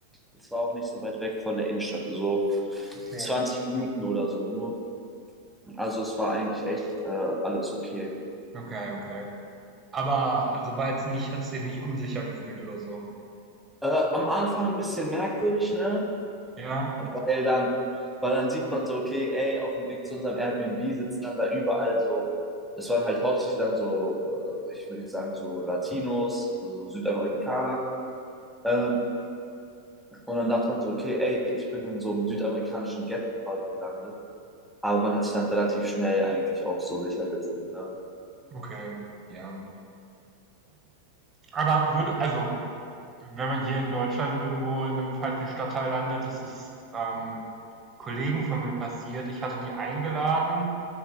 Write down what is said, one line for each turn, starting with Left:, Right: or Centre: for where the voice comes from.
Centre: es war auch nicht so weit weg von der Innenstadt, so
Right: Okay,
Centre: 20 Minuten oder so nur. Also es war eigentlich echt äh, alles okay.
Right: okay, okay. Aber also war jetzt nicht, hast dich nicht unsicher gefühlt oder so.
Centre: Äh, am Anfang ein bisschen merkwürdig, ne?
Right: Ja,
Centre: Weil dann, weil dann sieht man so, okay, ey, auf dem Weg zu unserem Airbnb sitzen dann da überall so, es waren halt hauptsächlich dann so, äh, ich würde jetzt sagen, so Latinos, so Südamerikaner. Ähm, und dann dachte man so, okay, ey, ich bin in so einem südamerikanischen Ghetto quasi gelandet. Aber man hat sich dann relativ schnell eigentlich auch so sicher gefühlt, ne?
Right: okay. Ja. Aber würde, also wenn man hier in Deutschland irgendwo in einem falschen Stadtteil landet, das ist, ähm, Kollegen von mir passiert. Ich hatte die eingeladen,